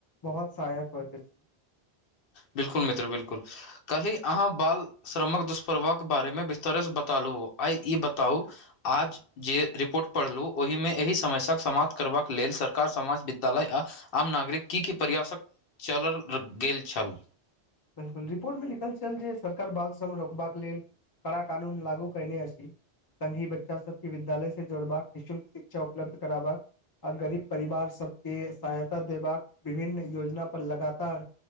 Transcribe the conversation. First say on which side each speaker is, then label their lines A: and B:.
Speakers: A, on the left; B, on the left.
A: बहुत सहायक होइत छै
B: बिलकुल मित्र बिलकुल कल्हि अहाँ बाल श्रमक दुष्प्रभक बारेमे विस्तारसँ बता लू आइ ई बताउ आज जे रिपोर्ट पढ़लहुँ ओहिमे एहि समस्याक समाप्त करबाक लेल सरकार समाज विद्यालय आ आम नागरिक की की प्रयासक चलल गेल छल
A: बिलकुल रिपोर्ट मे लिखल छल जे सरकार बाल श्रम रोकबाक लेल कड़ा कानून लागू करने अछि संघी बच्चा सबके विद्यालय से जोड़बाक निःशुक शिक्षा उपलब्ध करबाक आ गरीब परिवार सबके सहायता देबाक विभिन्न योजना पर लगातार